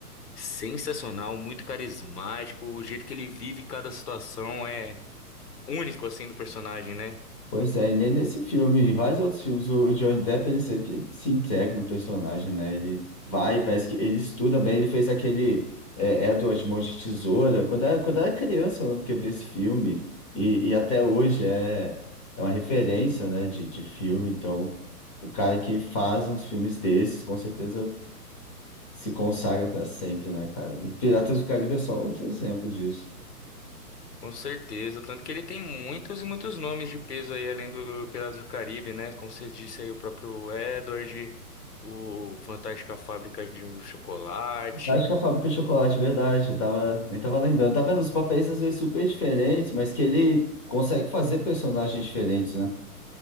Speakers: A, on the left; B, on the left.
A: Sensacional, muito carismático, o jeito que ele vive cada situação é único assim do personagem, né?
B: Pois é, e nem nesse filme, em vários outros filmes, o Johnny Depp ele sempre se integra no personagem, né? Ele vai, parece que ele estuda bem, ele fez aquele é, Edward Mãos de Tesoura, quando era, quando era criança, eu lembro que eu vi esse filme, e, e até hoje é, é uma referência, né, de, de filme, então o cara que faz uns filmes desses, com certeza se consagra para sempre, né, cara? E Piratas do Caribe é só outro exemplo disso.
A: Com certeza, tanto que ele tem muitos e muitos nomes de peso aí além do Piratas do Caribe, né? Como você disse aí, o próprio Edward, o Fantástica Fábrica de Chocolate,
B: Acho que a fábrica de chocolate, verdade, tava, nem tava lembrando. Tá vendo? Os papéis às vezes super diferentes, mas que ele consegue fazer personagens diferentes, né?